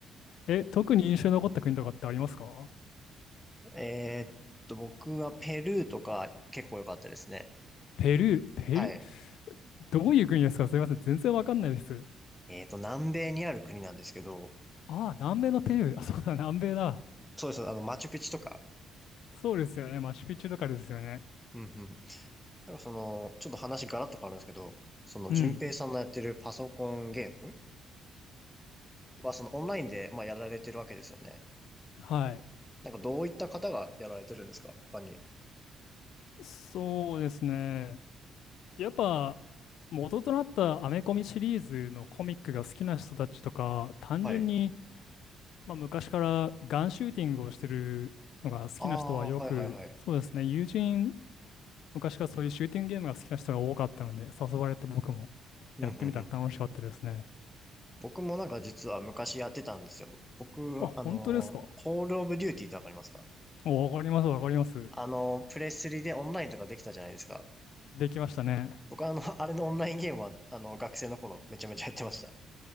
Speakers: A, on the left; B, in the centre.
A: え、特に印象に残った国とかってありますか
B: えーっと、僕はペルーとか結構良かったですね。
A: ペルー、ペルー、
B: はい。
A: どういう国ですかすみません、全然わかんないです。
B: えーっと、南米にある国なんですけど、
A: ああ、南米のペルー。あ、そうだ、南米だ。
B: そうです、あの、マチュピチュとか。
A: そうですよね。マチュピチュとかですよね。
B: うんうん。なんかその、ちょっと話ガラッと変わるんですけど、その、
A: うん。
B: 淳平さんのやってるパソコンゲームは、その、オンラインで、まあ、やられてるわけですよね。
A: はい。
B: なんか、どういった方がやられてるんですか他に。
A: そうですね。やっぱ、元となったアメコミシリーズのコミックが好きな人たちとか、単純に、
B: はい。
A: まあ、昔からガンシューティングをしてるのが好きな人はよく、
B: ああ、はいはいはい。
A: そうですね。友人、昔からそういうシューティングゲームが好きな人が多かったので、誘われて僕も
B: うんうんうん。
A: やってみたら楽しかったですね。
B: 僕もなんか実は昔やってたんですよ。僕、
A: あ、本当ですか。
B: あの、コールオブデューティーってわかりますか
A: おわかります、わかります。
B: あの、プレスリでオンラインとかできたじゃないですか。
A: できましたね。
B: 僕はあの、<laughs> あれのオンラインゲームは、あの、学生の頃めちゃめちゃやってました。い